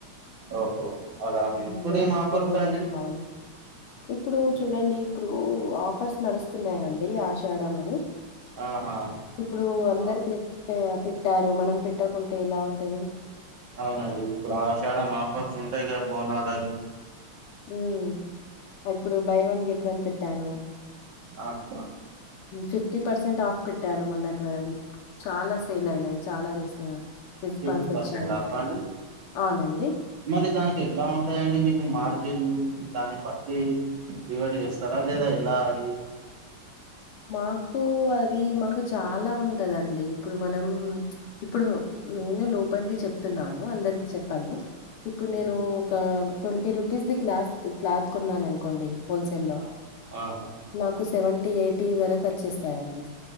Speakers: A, on the right; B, on the left.
A: ఓహో అలా
B: ఉమ్.
A: ఇప్పుడేం
B: మీ ఇంట్లో
A: ఆఫర్స్ అండి
B: <unintelligible> ఇప్పుడు చూడండి ఇప్పుడు ఆఫర్స్ నడుస్తున్నాయండి ఆషాడమని
A: ఆహా
B: ఇప్పుడు అందరు
A: ఆ-
B: పెట్ట పెట్టారు మనం పెట్టకుంటే ఎలా ఉంటది
A: అవునండి ఇప్పుడు ఆషాడం ఆఫర్స్ ఉంటాయి గా బోనాల అవి
B: హుమ్ ఇప్పుడు బై వన్ గెట్ వన్ పెట్టాను
A: ఆహా
B: ఫిఫ్టీ పర్సెంట్ ఆఫ్ పెట్టాను మొన్నటి వరకు చాలా సేల్ అయినాయి చాలా రిస్ రెస్పాన్స్
A: ఫిఫ్టీ
B: వచ్చాయి
A: పర్సెంట్ ఆఫ్ అండి
B: అవునండి
A: మరి దానికి ఎలా ఉంటాయండి మీకు మార్కెటు దాన్ని బట్టి డివైడ్ చేస్తారా లేదా ఎలా అది
B: మాకు అది మాకు చాలా ఉంటదండి ఇప్పుడు మనం ఇప్పుడు నేను లోపలిది చెప్తున్నాను అందరికి చెప్పాను ఇప్పుడు
A: ఉమ్,
B: నేను ఒక twenty rupees the cloth cloth కొన్నాను అనుకోండి హోల్సే లో
A: ఆ- ఆహా
B: నాకు సెవెంటీ ఎయిటీ వరకు వచ్చేస్తాయండి